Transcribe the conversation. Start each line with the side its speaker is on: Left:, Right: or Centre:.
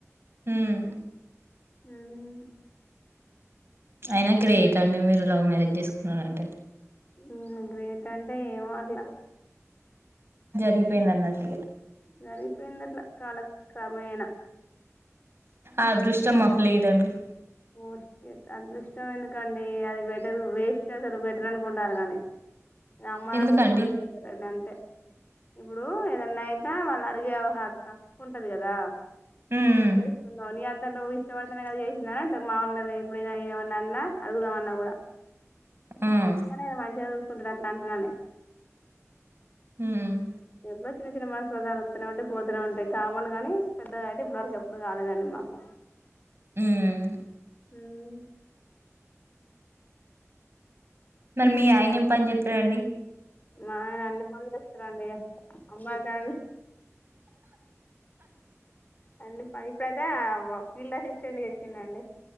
Right: ఉమ్
Left: హ్మ్
Right: అయినా గ్రేట్ అండి మీరు లవ్ మ్యారేజ్ చేసుకున్నారంటే
Left: హ్మ్ గ్రేట్ అంటే ఏమో అట్లా
Right: జరిగిపోయింది అన్నట్టుగా
Left: జరిగిపోయింది అట్లా కాలక్రమేణ
Right: అదృష్టం మాకు లేదండి
Left: హో షట్ అదృష్టం ఎందుకండి అది బెటర్ వేస్ట్ అసలు బెటర్ అనుకుంటారు గానీ అమ్మా
Right: ఎందుకండి
Left: నాన్న చూసిందే బెటర్ ఏంది అంతే ఇప్పుడు ఏదన్నా అయినా వాళ్ళు అడిగే ఒక హక్కు ఉంటది కదా
Right: హ్మ్
Left: ఇప్పుడు చే ఇందో ని అంతకు నువ్వు ఇష్టపడుతనే గా చేసింది <unintelligible> మా వొళ్ళని ఎప్పుడైన ఏమన్న అన్న అడుగుదాం అన్న కూడా
Right: హ్మ్
Left: అందుకనే మంచిగా చూసుకుంటుండు అట్లా అంటరనే
Right: హ్మ్
Left: ఎప్పుడో చిన్న చిన్న మనస్పధాలు వస్తు ఉంటాయి పోతూ ఉంటాయి కామన్ గానీ పెద్దగా అయితే ఇప్పటివరకు ఎప్పుడు కాలేదండి మాకు
Right: హ్మ్
Left: హ్మ్
Right: మరి మీ ఆయన ఏం పని చేతడండి
Left: మా ఆయన అన్ని పనులు చేస్తారండి అమ్మాయిలు <unintelligible> అన్ని పని ప్రధా ఫీల్డ్ అసిస్టెంట్ చేసిందండీ